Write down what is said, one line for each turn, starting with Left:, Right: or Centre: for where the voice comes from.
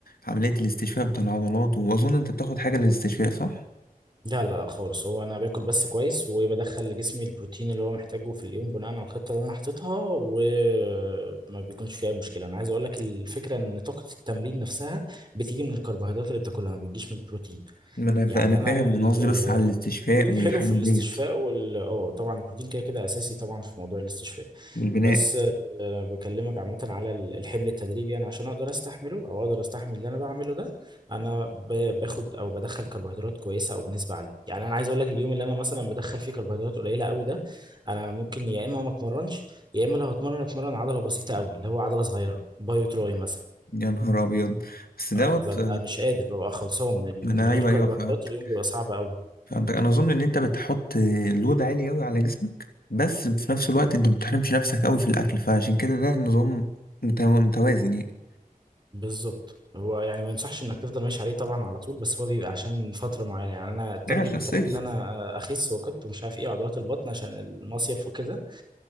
Left: عمليه الاستشفاء بتاع العضلات واظن انت بتاخد حاجه للاستشفاء صح
Right: لا لا لا خالص هو انا باكل بس كويس وبدخل لجسمي البروتين اللي هو محتاجه في اليوم بناء على الخطه اللي انا حاططها وما بيكونش فيه اي مشكله انا عايز اقول لك الفكره ان طاقه التمرين نفسها بتيجي من الكربوهيدرات اللي بتاكلها ما بتجيش من البروتين
Left: ما انا فا-
Right: يعني
Left: انا فاهم
Right: انا
Left: انا
Right: ال-
Left: قصدي
Right: ال-
Left: بس على الاستشفاء
Right: البروتين
Left: والحاجات
Right: حلو في الاستشفاء
Left: ديت
Right: وال اه طبعا البروتين كده كده اساسي طبعا في موضوع الاستشفاء
Left: والبناء
Right: بس آه، انا بكلمك عامه على ال- الحمل التدريبي يعني عشان اقدر استحمله او اقدر استحمل اللي انا بعمله ده انا ب- باخد او بدخل كربوهيدرات كويسه او بنسبه عاليه يعني انا عايز اقول لك اليوم اللي انا مثلا بدخل فيه كربوهيدرات قليله قوي ده انا ممكن يا اما ما اتمرنش يا اما لو هتمرن اتمرن عضله بسيطه قوي اللي هو عضله صغيره بايو تراي مثلا
Left: يا نهار ابيض بس دوت
Right: أه، ببقى مش قادر ببقى خلصان من ال-
Left: ما انا
Right: من غير
Left: ايوه
Right: كربوهيدرات
Left: ايوه فهمتك
Right: اليوم بيبقى صعب قوي
Left: فهمتك انا اظن ان انت بتحط لود عالي قوي على جسمك بس في نفس الوقت انت ما بتحرمش نفسك قوي في الاكل فعشان كده ده النظام متو- متوازن يعني
Right: بالظبط هو يعني ما ينصحش انك تفضل ماشي عليه طبعا على طول بس هو بيبقى عشان فتره معينه يعني انا التارجت
Left: ده عشان
Right: بتاعي
Left: الصيف
Right: ان انا اخس وكت ومش عارف ايه عضلات البطن عشان المصيف وكده